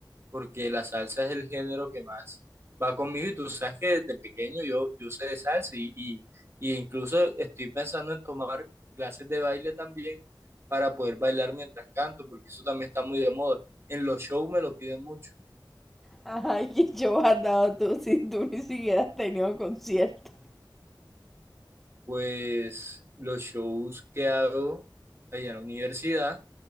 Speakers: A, on the right; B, in the centre.
A: porque la salsa es el género que más va conmigo y tú sabes que desde pequeño yo, yo sé de salsa y, y, y incluso estoy pensando en tomar clases de baile también para poder bailar mientras canto, porque eso también está muy de moda. En los shows me lo piden mucho,
B: Ajá, ¿y qué show has dado tú si tú ni siquiera has tenido concierto?
A: pues los shows que hago allá en la universidad